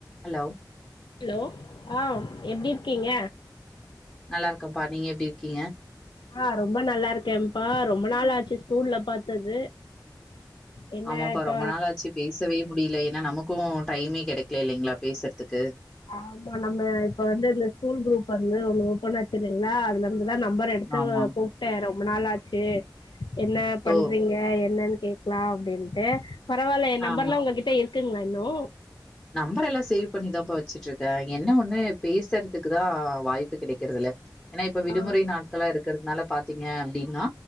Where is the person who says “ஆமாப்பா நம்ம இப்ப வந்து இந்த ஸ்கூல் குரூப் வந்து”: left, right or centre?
Left